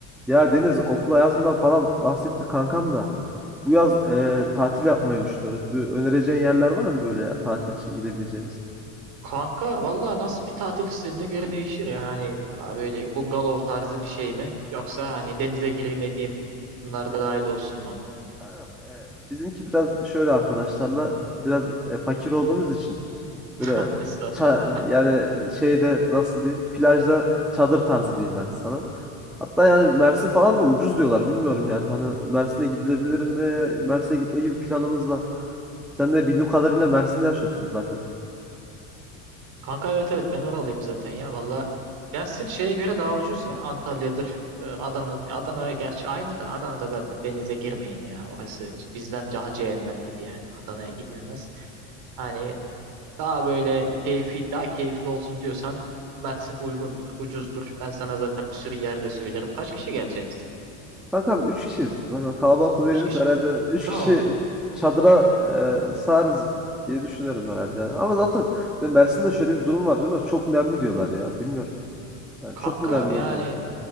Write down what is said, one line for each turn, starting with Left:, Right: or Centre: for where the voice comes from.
Centre: Ya Deniz okul hayatından falan bahsetti kankam da. Bu yaz e, tatil yapmayı düşünüyoruz. Bir önereceğin yerler var mı böyle ya tatil için gidebileceğimiz?
Right: Kanka valla nasıl bir tatil istediğine göre değişir ya. Hani daha böyle bungalov tarzı bir şey mi? Yoksa hani denize gireyim edeyim bunlar da dahil olsun mu?
Centre: Kankam, e, bizimki biraz şöyle arkadaşlarla biraz e, fakir olduğumuz için
Right: <laughs>
Centre: böyle
Right: Estağfurullah.
Centre: ça- yani şeyde nasıl diyeyim plajda çadır tarzı diyeyim ben sana. Hatta yani Mersin falan da ucuz diyorlar. Bilmiyorum yani. Hani Mersin'e gidilebilir mi? Mersin'e gitme gibi planımız var. Sen de bildiğim kadarıyla Mersin'de yaşıyorsun zaten.
Right: Kanka evet evet ben oralıyım zaten ya valla. Dersin şeye göre daha ucuz ya. Antalya'dır, e, Adana. Adana'ya gerçi aynı da Adana'da zaten denize girmeyin ya. Orası bizden daha cehennem gibi yani. Adana'ya gidilmez. Hani Daha böyle keyfi, daha keyifli olsun diyorsan Mersin uygundur, ucuzdur. Ben sana zaten bir sürü yerde söylerim. Kaç kişi geleceksiniz siz?
Centre: Kankam 3 kişiyiz. Zaten kalabalık da
Right: Üç
Centre: değiliz.
Right: kişi.
Centre: Herhalde üç
Right: Tamam.
Centre: kişi çadıra e, sığarız diye düşünüyorum herhalde yani. Ama zaten Mersin'de şöyle bir durum var diyorlar. Çok nemli diyorlar ya. Bilmiyorum. Yani
Right: Kanka
Centre: çok mu nemli
Right: yani
Centre: oluyor?